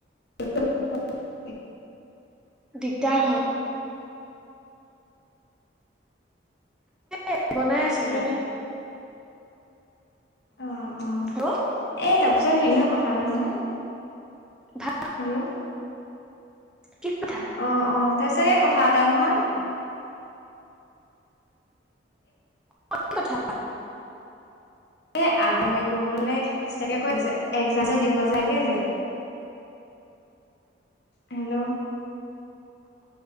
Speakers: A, on the left (about 60°); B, in the centre.
A: <unintelligible>
B: দিগদাৰ হয়। এই বনাই আছে
A: হেল্ল'
B: মায়ে।
A: অ' অ'
B: হেল্ল'
A: এই তাৰপিছত হেৰি নহয় কথা এটা নহয়
B: ভাত
A: হেল্ল'।
B: কি পিঠা?
A: অ' অ' তাৰপিছত এই কথা এটা নহয়
B: অ কি কথা?
A: এ আগমে কৰিবলৈ এক্সট্ৰা কে এক্সাম দিব যায় লাগে যে হেল্ল'।